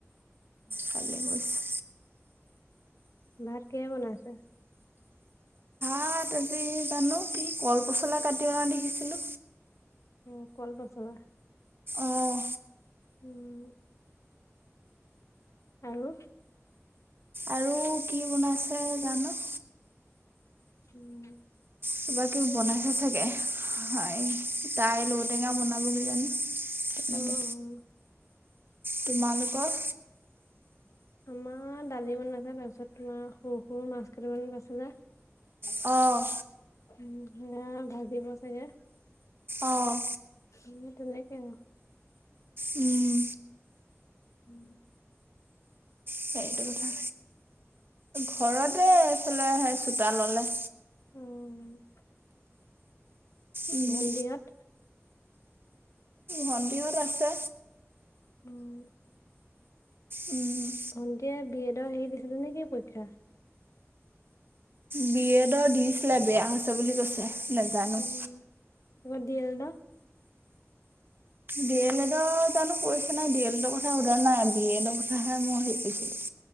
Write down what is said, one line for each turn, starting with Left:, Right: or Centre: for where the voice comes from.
Left: উম'
Right: ভালেই কৰিছে
Left: ভাত কিহে বনাইছে?
Right: ভাত আজি জানো কি? কল পচলা কাটি অনা দেখিছিলো।
Left: উম' কল পচলা,
Right: অঁ
Left: উম'। আৰু-
Right: আৰু কি বনাইছে জানো?
Left: উম'
Right: কিবাকিবি বনাইছে চাগে। হাঁয়ে দাইল ঔটেঙা বনাব কিজানি? তেনেকে,
Left: অ', অ'।
Right: তোমালোকৰ?
Left: আমাৰ দালি বনাইছে তাৰপিছত তোমাৰ সৰু সৰু মাছ কেইটামান বাছিলে।
Right: অ'
Left: উম' হিনা ভাজিব চাগে।
Right: অ'
Left: সিঁয়ে তেনেকে আও।
Right: উম'
Left: উম'
Right: সেইটো কথা, ঘৰতে এইফালে সেই চোতা ল'লে।
Left: উম,
Right: উম,
Left: ভন্তিহঁত?
Right: ভন্তিহঁত আছে।
Left: উম'
Right: উম হুম'
Left: ভণ্টিয়ে বি এডৰ হেৰি দিছিলে নে কি পৰীক্ষা?
Right: বি এডৰ দিছিলে বেয়া হৈছে বুলি কৈছে, নেজানো।
Left: উম' তাপা D El Ed?
Right: D El এডৰ জানো কৰিছে নাই, ডি এল এডৰ কথা সোধা নাই বি এডৰ কথা- কথাহে মই সোদিছিলোঁ,